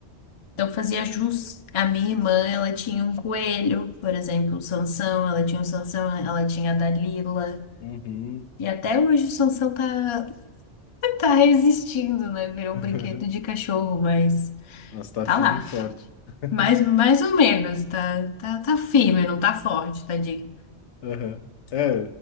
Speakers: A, on the left; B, on the left.
A: Então fazia jus. A minha irmã, ela tinha um coelho, por exemplo, o Sansão, ela tinha o Sansão, ela tinha a Dalila.
B: Uhum.
A: E até hoje o Sansão tá, <laughs> tá resistindo, né? Virou
B: Aham.
A: um brinquedo de cachorro, mas
B: Mas tá
A: tá
B: firme
A: lá.
B: e forte. <laughs>
A: Mais, mais ou menos, tá, tá, tá firme, não tá forte, tadinho.
B: Aham. É,